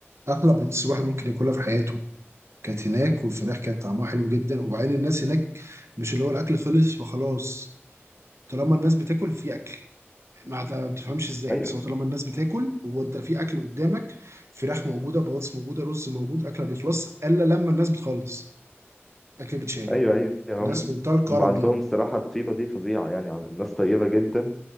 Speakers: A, on the right (about 75°); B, in the centre.
A: احلى بطاطس الواحد ممكن ياكلها في حياته كانت هناك والفراخ كانت طعمها حلو جدا وبعدين الناس هناك مش اللي هو الاكل خلص فخلاص طالما الناس بتاكل في اكل ما ما بتفهمش ازاي
B: ايوه
A: بس هو طالما الناس بتاكل هو انت في اكل قدامك فراخ موجوده بطاطس موجوده رز موجود اكل ما بيخلص الا لما الناس بتخلص اكل بتشال
B: ايوه ايوه
A: ناس
B: هم
A: منتهى الكرم
B: هم عندهم
A: يعني
B: الصراحه الطيبه دي فظيعه يعني يعني الناس طيبه جدا